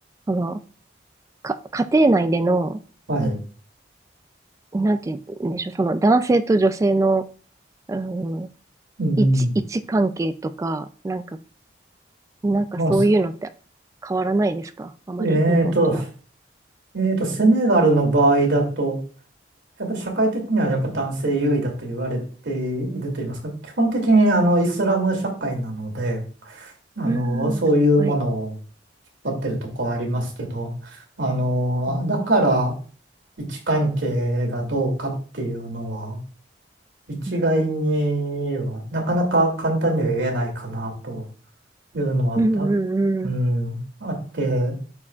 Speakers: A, on the right; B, on the right.
A: う。あの、か、家庭内での、
B: はい。
A: なんて言うんでしょう、その男性と女性の、うん、
B: うん、
A: 位置、位置関係とか、なんか、なんかそういうのって
B: まあ、す
A: 変わらないですかあまり日本とは。
B: えーと、えーと、セネガルの場合だと、やっぱり社会的にはやっぱ男性優位だと言われていると言いますか、基本的にあのイスラム社会なので、あの、
A: うん、
B: そういうものを引っ張ってるとこありますけど、
A: はい。
B: あの、
A: う
B: だから位置関係がどうかっていうのは、一概には、
A: ん、
B: なかなか簡単には言えないかなというのはあった、
A: うん、うん、
B: うん、
A: うん。
B: あって、